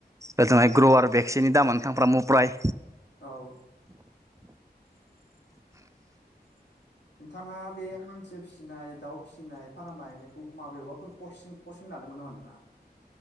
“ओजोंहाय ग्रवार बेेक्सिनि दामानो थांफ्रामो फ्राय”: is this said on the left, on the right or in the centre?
Right